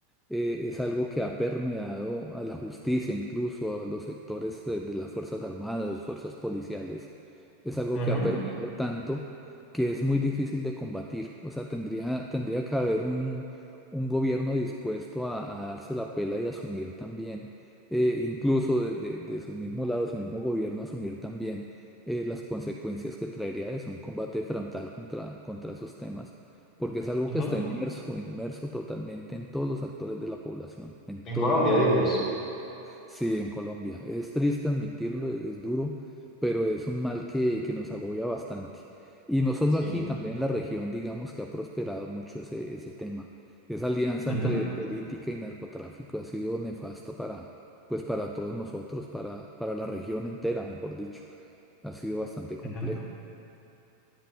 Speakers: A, in the centre; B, on the left (about 35°).
A: Eh, es algo que ha permeado a la justicia, incluso a los sectores eh, de las Fuerzas Armadas, Fuerzas Policiales. Es algo
B: Ujú,
A: que ha permeado tanto que es muy difícil de combatir. O sea, tendría, tendría que haber un, un gobierno dispuesto a, a darse la pela y asumir también eh, incluso de, de- de su mismo lado, su mismo gobierno, asumir también eh, las consecuencias que traería eso, un combate frontal contra, contra esos temas, porque es algo
B: ujú.
A: que está inmerso, inmerso totalmente en todos los actores de la población, en
B: En
A: todos
B: Colombia,
A: lados.
B: dices.
A: Sí, en Colombia. Es triste admitirlo, es, es duro, pero es un mal que, que nos agobia bastante. Y no solo
B: Sí.
A: aquí, también en la región, digamos que ha prosperado mucho ese, ese tema. Esa alianza
B: Ujú,
A: entre política y narcotráfico ha sido nefasto para, pues para todos nosotros, para, para la región entera, mejor dicho. Ha sido bastante complejo.
B: ujú.